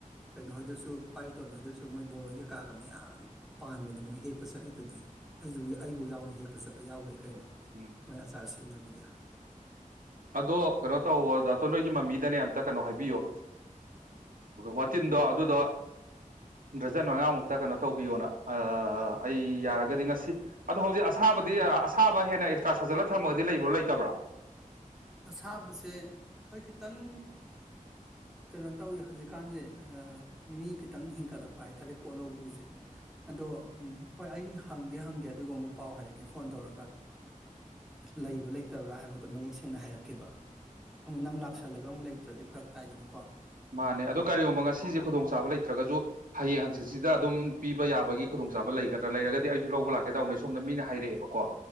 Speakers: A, in the centre; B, on the right (about 80°).
A: ꯀꯩꯅꯣ ꯍꯥꯏꯣꯏꯗꯁꯨ ꯄꯥꯏꯔꯤꯇꯣꯟ ꯍꯥꯏꯣꯏꯗꯁꯨ ꯃꯣꯏ ꯕꯣꯔꯣꯏ ꯀꯩꯀꯥꯒ ꯃꯌꯥꯝ ꯄꯥꯟꯕꯗꯣ ꯃꯣꯏ ꯍꯦꯛꯄ ꯆꯠꯂꯤꯗꯨꯗꯤ ꯑꯩꯕꯨ ꯑꯩꯕꯨ ꯌꯥꯎꯅ ꯍꯦꯛꯄ ꯆꯠꯄ ꯌꯥꯎꯈ꯭ꯔꯦ ꯀꯩꯅꯣ
B: ꯎꯝ
A: ꯃꯣꯏ ꯑꯆꯥꯔꯁꯦ ꯁꯦꯝꯅꯕꯒꯤ
B: ꯑꯗꯣ ꯀꯩꯅꯣ ꯇꯧꯕ ꯗꯥꯇꯣꯟ ꯅꯣꯏꯒꯤ ꯃꯃꯤꯗꯅꯦ ꯑꯝꯇ ꯀꯩꯅꯣ ꯍꯥꯏꯕꯤꯌꯣ ꯋꯥꯇꯤꯟꯗꯣ ꯑꯗꯨꯗꯣ ꯗ꯭ꯔꯖꯟ ꯃꯉꯥꯃꯨꯛꯇ ꯀꯩꯅꯣ ꯇꯧꯕꯤꯌꯣꯅ ꯑ ꯑꯩ ꯌꯥꯔꯒꯗꯤ ꯉꯁꯤ ꯑꯗꯣ ꯍꯧꯖꯤꯛ ꯑꯁꯥꯕꯗꯤ ꯑꯁꯥꯕ ꯍꯦꯟꯅ ꯑꯦꯛꯁꯇ꯭ꯔꯥ ꯁꯥꯖꯜꯂ ꯊꯝꯃꯒꯗꯤ ꯂꯩꯕ꯭ꯔꯣ ꯂꯩꯇꯕ꯭ꯔꯥ
A: ꯑꯁꯥꯕꯁꯦ ꯍꯣꯏ ꯈꯤꯇꯪ ꯀꯩꯅꯣ ꯇꯧꯋꯤ ꯍꯧꯖꯤꯛꯀꯥꯟꯁꯦ ꯃꯤ ꯈꯤꯇꯪ ꯍꯦꯟꯀꯠꯂꯛꯄ ꯍꯥꯏꯇꯥꯔꯦ ꯄꯣꯠ ꯂꯧꯕꯒꯤꯁꯦ ꯑꯗꯣ ꯍꯣꯏ ꯑꯩ ꯍꯪꯗꯤ ꯍꯪꯒꯦ ꯑꯗꯨꯒ ꯑꯃꯨꯛ ꯄꯥꯎ ꯍꯥꯏꯔꯛꯀꯦ ꯐꯣꯟ ꯇꯧꯔꯒ ꯂꯩꯕ꯭ꯔꯥ ꯂꯩꯇꯕ꯭ꯔꯥ ꯍꯥꯏꯕꯗꯣ ꯃꯌꯦꯛ ꯊꯦꯡꯅ ꯍꯥꯏꯔꯛꯀꯦꯕ ꯑꯃꯨꯛ ꯅꯪ ꯂꯥꯛꯁꯜꯂꯒ ꯑꯃꯨꯛ ꯂꯩꯇ꯭ꯔꯗꯤ ꯐꯔꯛ ꯇꯥꯏꯗꯅꯀꯣ
B: ꯃꯥꯅꯦ
A: ꯑꯗꯨꯒꯤ
B: ꯑꯗꯣ ꯀꯔꯤꯒꯨꯝꯕ ꯉꯁꯤꯁꯦ ꯈꯨꯗꯣꯡꯆꯥꯕ ꯂꯩꯇ꯭ꯔꯒꯁꯨ ꯍꯌꯦꯡ ꯍꯪ ꯁꯤ ꯁꯤꯗ ꯑꯗꯨꯝ ꯄꯤꯕ ꯌꯥꯕꯒꯤ ꯈꯨꯗꯣꯡꯆꯥꯕ ꯂꯩꯒꯗ꯭ꯔꯥ ꯂꯩꯔꯒꯗꯤ ꯑꯩꯁꯨ ꯂꯧꯕ ꯂꯥꯛꯀꯦ ꯇꯧꯕꯅꯤ ꯁꯣꯝꯗ ꯃꯤꯅ ꯍꯩꯔꯛꯑꯦꯕꯀꯣ